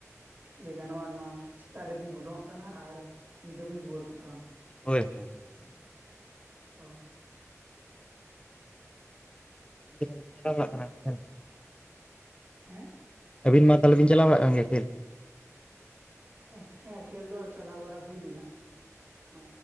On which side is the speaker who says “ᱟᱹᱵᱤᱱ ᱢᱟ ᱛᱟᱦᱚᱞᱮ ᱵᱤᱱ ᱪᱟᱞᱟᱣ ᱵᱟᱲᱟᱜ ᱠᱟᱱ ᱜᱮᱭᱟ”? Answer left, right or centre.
Left